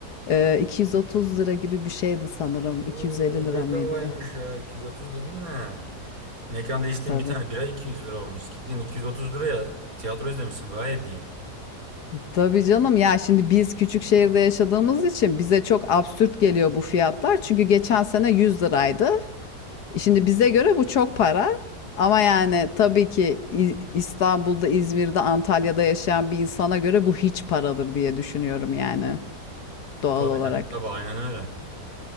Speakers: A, on the left; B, on the right.
A: Ee, 230 lira gibi bir şeydi sanırım.
B: Oo
A: 250 lira
B: bedavaymış
A: mıydı?
B: ya. 230 dedin ne? Mekan değiştiğin
A: Tabii.
B: bir tane bira 200 lira olmuş. Gittin 230 liraya tiyatro izlemişsin. Gayet iyi.
A: Tabii canım ya şimdi biz küçük şehirde yaşadığımız için bize çok absürt geliyor bu fiyatlar. Çünkü geçen sene 100 liraydı. Şimdi bize göre bu çok para. Ama yani tabii ki İ- İstanbul'da, İzmir'de, Antalya'da yaşayan bir insana göre bu hiç paradır diye düşünüyorum yani doğal
B: Tabii
A: olarak.
B: canım tabii aynen öyle.